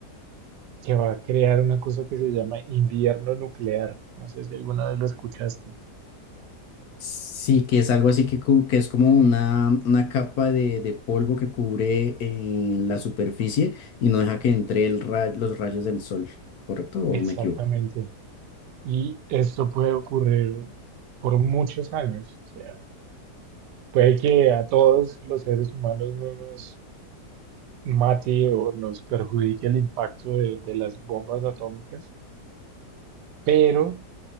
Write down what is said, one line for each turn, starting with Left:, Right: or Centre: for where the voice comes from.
Right: que va a crear una cosa que se llama invierno nuclear. No sé si alguna vez lo escuchaste.
Left: Sí, que es algo así que, cu- que es como una, una capa de, de polvo que cubre eh, la superficie y no deja que entre el ra- los rayos del sol, ¿correcto? ¿O
Right: Exactamente.
Left: me equivoco?
Right: Y esto puede ocurrir por muchos años. O sea, puede que a todos los seres humanos no nos mate o nos perjudique el impacto de, de las bombas atómicas, pero